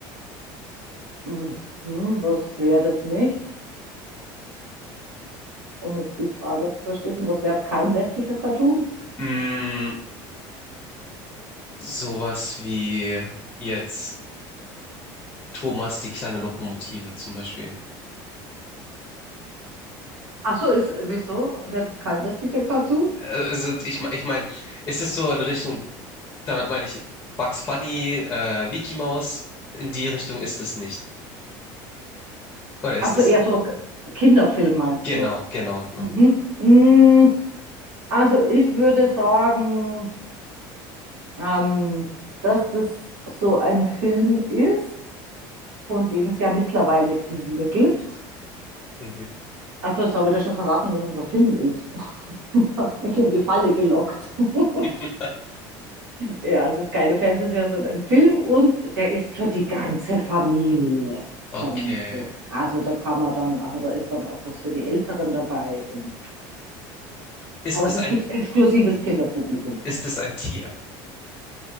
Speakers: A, on the right (about 85°); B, on the left (about 20°).
A: Hm, hm, was wäre das nicht? Um jetzt die Frage zu verstehen, was wäre kein westlicher Cartoon?
B: Mm, sowas wie jetzt Thomas die kleine Lokomotive zum Beispiel.
A: Ach so, ist, wieso wäre das kein westlicher Cartoon?
B: Äh, Also ich, me- ich meine, es ist so in Richtung, damit meine ich Bugs Bunny, äh, Mickey Mouse, in die Richtung ist es nicht. Oder ist
A: Ach so,
B: es
A: eher
B: in?
A: so K- Kinderfilm meinst
B: Genau,
A: du?
B: genau, genau.
A: Mhm. Mm, Also ich würde sagen, ähm, dass das so ein Film ist. von dem es ja mittlerweile viele gibt.
B: Mhm.
A: Also jetzt habe ich dir schon verraten, dass es ein Film ist. <laughs> Du hast mich in die Falle gelockt. <laughs>
B: <laughs>
A: Ja, es ist keine Fernsehserie, sondern ein Film und der ist für die ganze Familie,
B: Okay.
A: sagen wir mal so. Also da kann man dann, also da ist dann auch was für die Älteren dabei. Und,
B: Ist
A: aber
B: es
A: es ist
B: ein,
A: nicht exklusives Kinderpublikum.
B: ist es ein Tier?